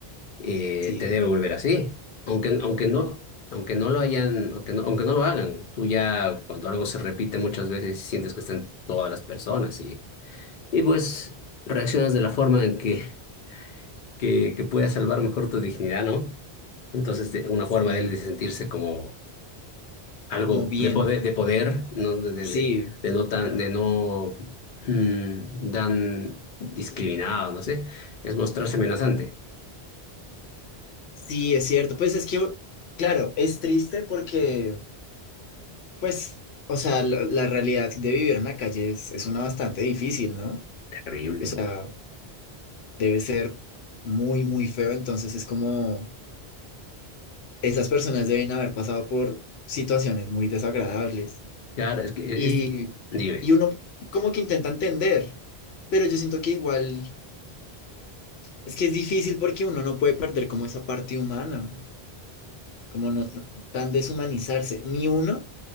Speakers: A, on the left; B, on the left.
A: eh,
B: Sí,
A: te debe volver así. Aunque, aunque no, aunque no lo hayan, aunque no, aunque no lo hagan, tú ya cuando algo se repite muchas veces sientes que están todas las personas y, y pues reaccionas de la forma en que que, que pueda salvar mejor tu dignidad, ¿no? Entonces, de- una forma
B: y
A: de él de sentirse como algo
B: como bien.
A: de poder, de poder, ¿no? De, de,
B: Sí,
A: de, de no tan, de no mm, tan discriminado, no sé, es mostrarse amenazante.
B: sí, es cierto. Pues es que, claro, es triste porque Pues, o sea, lo- la realidad de vivir en la calle es, es una bastante difícil, ¿no?
A: Terrible,
B: O sea,
A: pues.
B: debe ser muy, muy feo, entonces es como esas personas deben haber pasado por situaciones muy desagradables
A: Claro, es que e,
B: y,
A: es, dime.
B: y uno como que intenta entender, pero yo siento que igual es que es difícil porque uno no puede perder como esa parte humana, como no t- tan deshumanizarse, ni uno